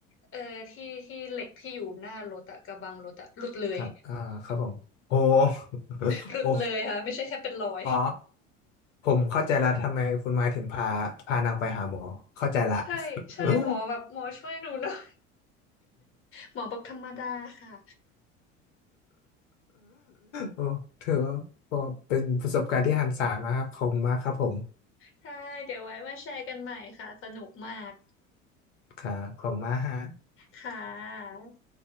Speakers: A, on the left; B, on the left.
A: เอ่อที่ที่เหล็กที่อยู่หน้ารถอะกระบังรถอะหลุดเลย
B: ครับอ่าครับผมโอ้ <laughs>
A: หลุดเลยค่ะไม่ใช่แค่เป็นรอย
B: โอ้อ๋อ ผมเข้าใจละทำไมคุณไม้ถึงพาพานางไปหาหมอเข้าใจละ
A: ใช่ใช่หมอแบบหมอช่วยหนูหน่อย
B: <laughs>
A: หมอบอกธรรมดาค่ะ
B: โอ้ถือว่าเป็นประสบการณ์ที่หันศาลมากครับขอบคุณมากครับผม
A: ใช่เดี๋ยวไว้มาแชร์กันใหม่ค่ะสนุกมาก
B: ครับขอบคุณมากฮะ
A: ค่ะ